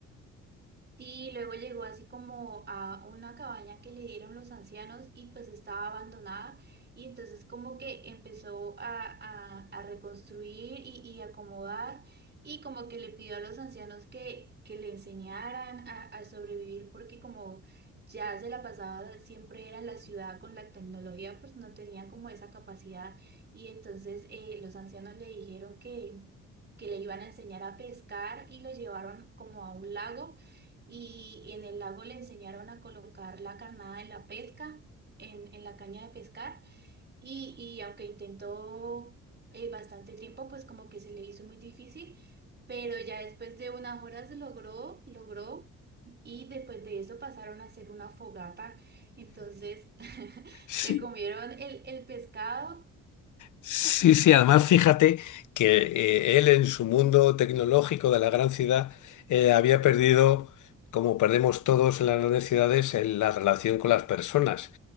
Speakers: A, on the right; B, on the left.
A: Sí, luego llegó así como a una cabaña que le dieron los ancianos y pues estaba abandonada y entonces como que empezó a, a- a reconstruir y, y acomodar y como que le pidió a los ancianos que, que le enseñaran a, a sobrevivir porque como ya se la pasaba siempre era en la ciudad con la tecnología pues no tenían como esa capacidad y entonces eh, los ancianos le dijeron que... que le iban a enseñar a pescar y lo llevaron como a un lago y en el lago le enseñaron a colocar la carnada en la pesca, en, en la caña de pescar, y, y aunque intentó eh, bastante tiempo, pues como que se le hizo muy difícil, pero ya después de unas horas logró, logró, y después de eso pasaron a hacer una fogata, entonces <laughs>
B: sí
A: se comieron el, el pescado.
B: Sí, sí, además fíjate que eh, él en su mundo tecnológico de la gran ciudad eh, había perdido, como perdemos todos en las grandes ciudades, el- la relación con las personas.